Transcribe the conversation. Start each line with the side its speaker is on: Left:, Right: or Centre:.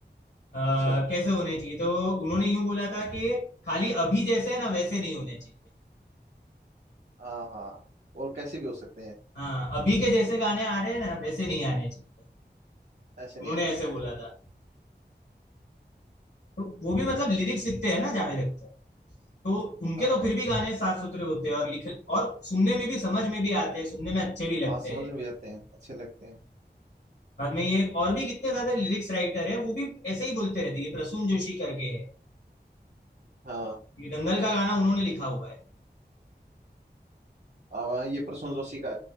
Left: अ,
Right: अच्छा
Left: कैसे होने चाहिए तो उन्होंने यूं बोला था कि खाली अभी जैसे है ना वैसे नहीं होने चाहिए
Right: हाँ हाँ और कैसे भी हो सकते हैं
Left: हाँ अभी के जैसे गाने आ रहे हैं ना वैसे नहीं आने चाहिए
Right: ऐसे
Left: उन्होंने
Right: नहीं आने चाहिए
Left: ऐसे बोला था तो वो भी मतलब लिरिक्स लिखते हैं ना जावेद अख्तर तो उनके
Right: हाँ
Left: तो फिर भी गाने साफ सुथरे होते हैं और लिख और सुनने में भी समझ में भी आते हैं सुनने में अच्छे भी लगते
Right: हाँ समझ
Left: हैं
Right: में भी आते हैं अच्छे लगते हैं
Left: बाद में ये और भी कितने सारे लिरिक्स राइटर है वो भी ऐसे ही बोलते रहते हैं ये प्रसून जोशी करके है
Right: हाँ
Left: ये दंगल का गाना उन्होंने लिखा हुआ है
Right: अब हाँ, ये प्रसून जोशी का